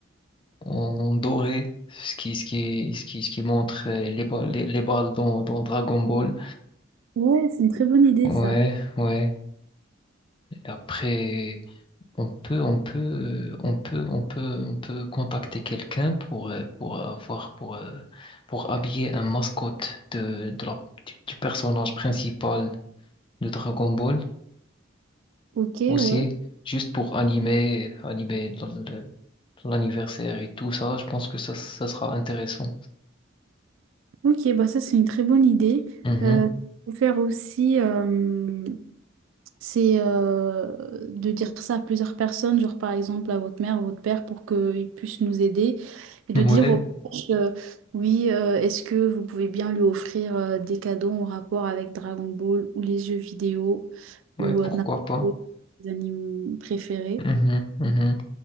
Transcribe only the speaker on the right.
Ouais, c'est une très bonne idée
ça.
Ok,
ouais.
Ok, bah ça c'est une très bonne idée.
Euh, faut faire aussi, euh, c'est euh, de dire ça à plusieurs personnes, genre par exemple à votre mère, votre père, pour qu'ils puissent nous aider et de
dire aux proches, euh, oui, euh, est-ce que vous pouvez bien lui offrir euh, des cadeaux en rapport avec Dragon Ball ou les jeux vidéo ou
euh, Naruto,
les animes préférés,